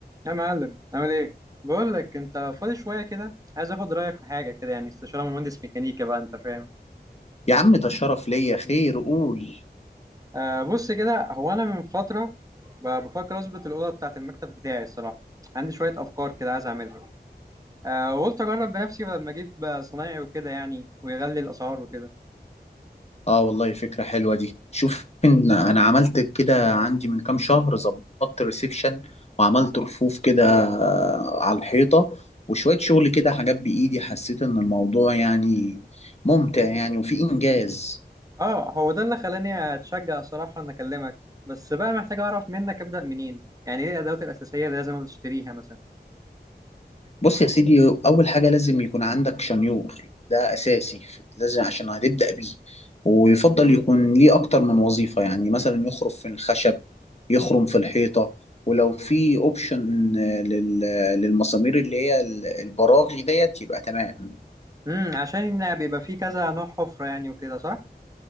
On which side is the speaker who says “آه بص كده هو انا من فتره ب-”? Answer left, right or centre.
Right